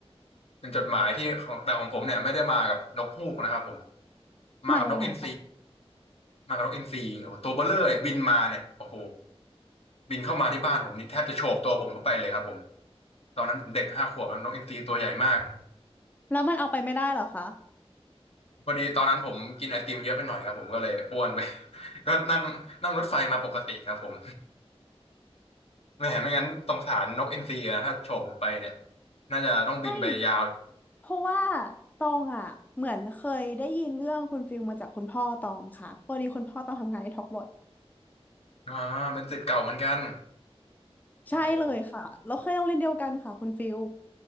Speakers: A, on the left; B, on the left.
A: เป็นจดหมายที่ของแต่ของผมเนี่ยไม่ได้มากับนกฮูกนะครับผมมากับนกอินทรี
B: มายังไงคะ
A: มากับนกอินทรีโอ้โหตัวเบ้อเร่อเลยบินมาเนี่ยโอ้โหบินเข้ามาที่บ้านผมนี่แทบจะโฉบตัวผมเข้าไปเลยครับผมตอนนั้นผมเด็กห้าขวบนะนกอินทรีตัวใหญ่มาก
B: แล้วมันเอาไปไม่ได้เหรอคะ
A: พอดีตอนนั้นผมกินไอติมเยอะไปหน่อยครับผมก็เลยอ้วนไป <laughs> ก็นั่งนั่งรถไฟมาปกติครับผม แหมไม่งั้นสงสารนกอินทรีอะถ้าโฉบผมไปเนี่ยน่าจะต้องบินไปยาว
B: ใช่ เพราะว่าตองอ่ะเหมือนเคยได้ยินเรื่องคุณฟิลมาจากคุณพ่อตองค่ะพอดีคุณพ่อตองทำงานในฮอกวอตส์
A: อ่าเป็นศิษย์เก่าเหมือนกัน
B: ใช่เลยค่ะแล้วเคยโรงเรียนเดียวกันค่ะคุณฟิล
A: โอ้โห